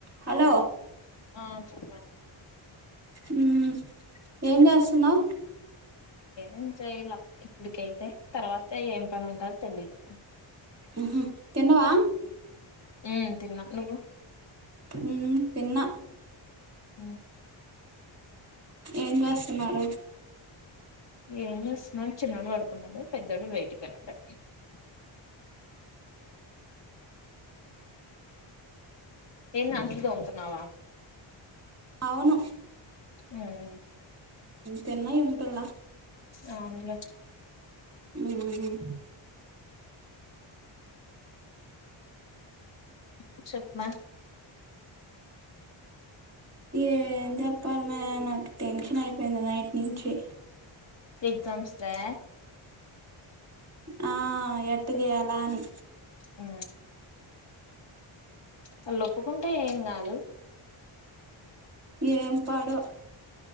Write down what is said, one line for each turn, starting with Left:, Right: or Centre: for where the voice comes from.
Right: Hello
Left: ఆ చెప్పండి
Right: మ్ ఏం చెస్ స్తున్నా
Left: ఏంచేయాలా ఇప్పుడికైతే తర్వాత ఏం ట అంత తెలిదు
Right: మ్ తిన్నవా
Left: ఉ తిన్నా నువ్వు
Right: మ్మ్ తిన్నా
Left: మ్
Right: ఏం చేస్తున్నారు
Left: ఏం చేస్తున్నా చిన్నడు పడుకున్నాడు పెద్దోడు బయటి <unintelligible> ఏంది అంట్లు తోముతున్నావా
Right: అవును
Left: ఉమ్
Right: తిన్నయి ఉంటల్ల
Left: అవును లే
Right: మ్మ్
Left: మ్ చెప్మా
Right: ఏం చెప్పాల మే నాకు టెన్షన్ అయిపోయింది నైట్ నుంచి
Left: ఎగ్జామ్స్ రా
Right: ఆ ఎట్ట చేయాల అని
Left: ఆ వాళ్ళు ఒప్పుకుంటే ఏం కాదు
Right: ఏం పాడో